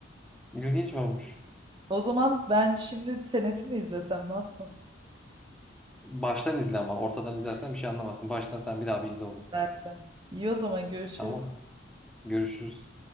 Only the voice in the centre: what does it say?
İlginç olmuş.
Baştan izle ama. Ortadan izlersen bir şey anlamazsın. Baştan sen bir daha bir izle onu.
Tamam. Görüşürüz.